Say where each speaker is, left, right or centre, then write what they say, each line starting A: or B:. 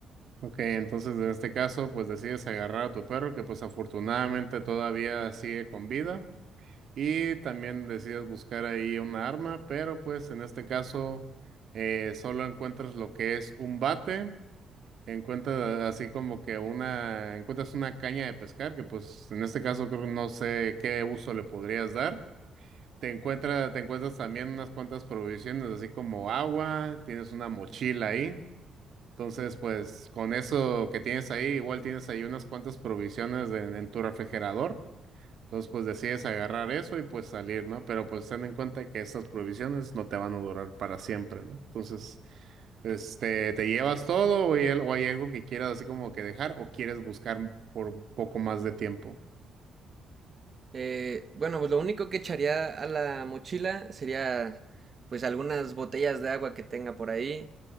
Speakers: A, on the right; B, on the right.
A: Ok, entonces en este caso pues decides agarrar a tu perro que pues afortunadamente todavía sigue con vida. Y también decides buscar ahí un arma, pero pues en este caso eh, solo encuentras lo que es un bate, encuentras así como que una, encuentras una caña de pescar, que pues en este caso creo que no sé qué uso le podrías dar. Te encuentras, te encuentras también unas cuantas provisiones, así como agua, tienes una mochila ahí. Entonces, pues con eso que tienes ahí, igual tienes ahí unas cuantas provisiones en en tu refrigerador. Entonces, pues decides agarrar eso y pues salir, ¿no? Pero pues ten en cuenta que estas provisiones no te van a durar para siempre, ¿no? Entonces, este, ¿te llevas todo o hay, al- o hay algo que quieras así como que dejar o quieres buscar por un poco más de tiempo?
B: Eh, bueno, pues lo único que echaría a la mochila sería pues algunas botellas de agua que tenga por ahí,